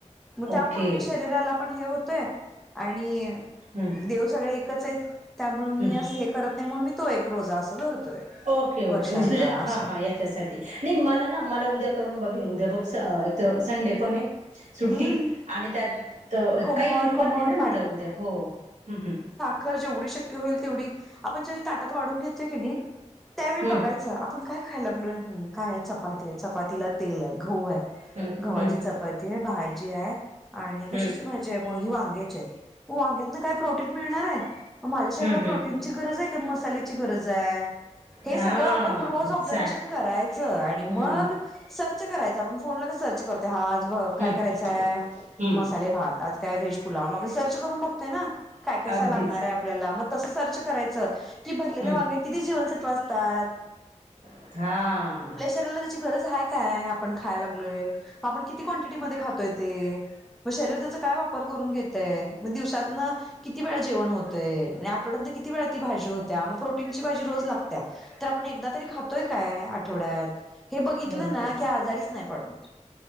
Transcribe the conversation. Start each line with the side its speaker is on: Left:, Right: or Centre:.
Centre: मग त्यामुळे
Right: ओके
Centre: मी शरीराला पण हे होतोय आणि
Right: हम्म
Centre: देव सगळे आहे त्यामुळे मी
Right: हम्म
Centre: असं हे करत नाही म्हणून मी तो एक रोजा असं धरतोय.
Right: ओके ओके
Centre: वर्षातला
Right: म्हणजे तुझ्या हा
Centre: असं
Right: हा याच्यासाठी नाही मला ना मला उद्या करून बघेल उद्या बघ एक तर संडे पणय सुट्टी
Centre: हम्म
Right: आणि त्यात
Centre: कोमट
Right: काही हे
Centre: कोमट
Right: पण नाही ना मला उद्या हो ह्मं
Centre: खर जेवढी शक्य होईल तेवढी आपण ज्यावेळी ताटात वाढून घेतोकीनाही त्यावेळी
Right: हम्म
Centre: बघायचं आपण काय खायलागलोय? काय चपाती चपातीला तेल आहे गहू आहे
Right: हम्म
Centre: गव्हाची
Right: हम्म
Centre: चपाती आहे. भाजीय आणि
Right: हम्म
Centre: कशाची
Right: हम्म
Centre: भाजी आहे मग ही वांग्याची म वांग्यातनं काय प्रोटीन मिळणारय? माझ्या शरीराला
Right: हम्म हम्म
Centre: प्रोटीनची गरजय कि मसाल्याची गरजय? हे
Right: हां
Centre: सगळं आपण रोज
Right: एक्झॅक्ट
Centre: ऑब्झर्वेशन करायचं आणि मग
Right: हम्म
Centre: सर्च करायच आपण फोनला सर्च करतोय हा आज
Right: हम्म
Centre: काय करायचंय?
Right: हम्म.
Centre: मसाले भात आज त्या वेश पुुला आप सर्च करून बघतय ना काय कसा
Right: अगदीच.
Centre: लागणारय? आपल्याला मग तसं सर्च करायचं कि भरलेल्या
Right: हम्म
Centre: वांग्या किती जीवनसत्व असतात.?
Right: हां
Centre: शरीला त्याची गरज आहे काय? आपण खाय लागलोय आपण किती क्वांटिटी मध्ये खातोय ते? मग शरीरचा काय वापर करून घेतय. म दिवसातनं किती वेळा जेवण होतंय आणि आठवड्यानंतर किती वेळा ती भाजी होत्या मग प्रोटीनची भाजी रोज लागत्या तर आपण एकदा तरी खातोय काय? आठवड्यात हे बघितलं
Right: बरोबर.
Centre: ना की आजारीच नाही पडणार.